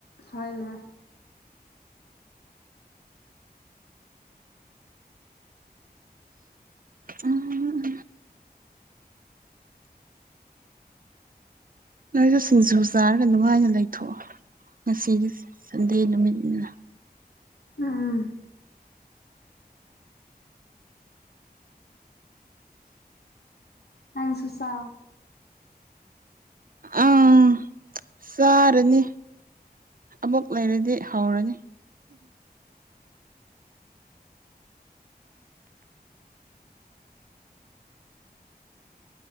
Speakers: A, on the left; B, on the right.
A: ꯍꯣꯏꯅꯦ
B: ꯎꯝ ꯅꯣꯏꯁꯨ ꯁꯤꯡꯖꯨ ꯆꯥꯔꯒ ꯅꯨꯡꯉꯥꯏꯅ ꯂꯩꯊꯣꯛꯑꯣ ꯉꯁꯤꯗꯤ ꯁꯟꯗꯦ ꯅꯨꯃꯤꯠꯅꯤꯅ
A: ꯎꯝ ꯅꯪꯁꯨꯨ ꯆꯥꯎ
B: ꯎꯝ ꯆꯥꯔꯅꯤ ꯑꯃꯨꯛ ꯂꯩꯔꯗꯤ ꯍꯧꯔꯅꯤ